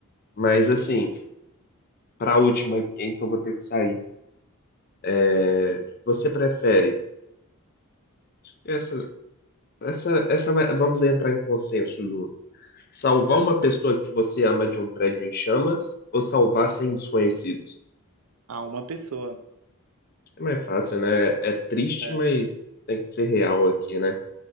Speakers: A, on the left; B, on the right.
A: Mas assim, para a última aqui, hein, que eu vou ter que sair. É, você prefere essa, essa, essa, vai- vamos entrar em consenso, Ju. Salvar
B: É.
A: uma pessoa que você ama de um prédio em chamas ou salvar 100 desconhecidos?
B: A uma pessoa.
A: É mais fácil, né? É triste,
B: É.
A: mas tem que ser real aqui, né?